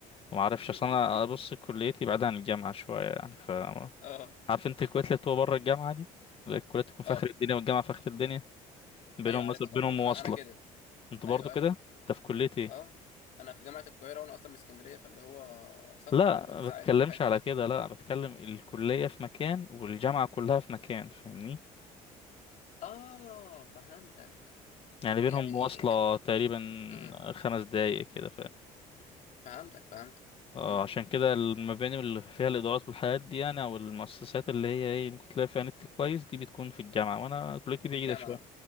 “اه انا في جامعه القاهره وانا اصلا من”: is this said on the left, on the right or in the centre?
Left